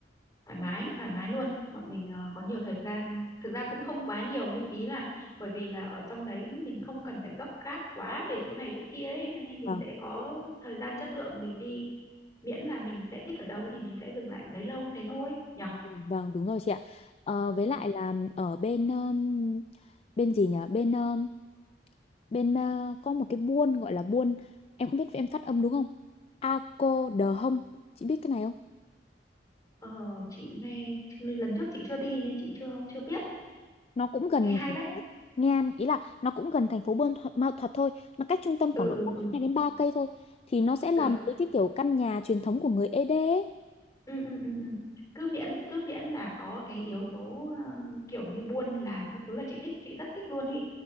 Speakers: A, on the left (about 20°); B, on the left (about 35°).
A: thoải mái thoải mái luôn bọn mình ờ, có nhiều thời gian thực ra cũng không quá nhiều nhưng ý là bởi vì là ở trong đấy mình không cần phải gấp gáp quá về chỗ này chỗ kia ấy cho nên mình
B: Vâng,
A: sẽ có thời gian chất lượng mình đi miễn là mình sẽ thích ở đâu thì mình sẽ dừng lại ở đấy lâu thế thôi nhở
B: vâng vâng, đúng rồi chị ạ. Ờ, với lại
A: Ừ.
B: là ở bên um, bên gì nhỉ? Bên um, bên ờ, có một cái buôn gọi là buôn em không biết em phát âm đúng không Ako Đờ Hông chị biết cái này không
A: ờ, chị nghe lần trước chị chưa đi nên chị chưa chưa biết
B: nó cũng gần
A: nghe hay
B: thành
A: đấy
B: phố Ngan ý là nó cũng gần thành phố Buôn Thuật, Mao Thuật thôi nó cách trung tâm
A: ừ
B: khoảng độ
A: ừ ừ
B: 2 đến 3 cây thôi thì nó sẽ làm
A: được
B: cái, cái kiểu căn nhà truyền thống của người Ede ấy.
A: ừ, ừ, ừ, ừ. cứ miễn cứ miễn là có cái yếu tố ờ, kiểu như buôn làng các thứ là chị thích chị rất thích luôn ý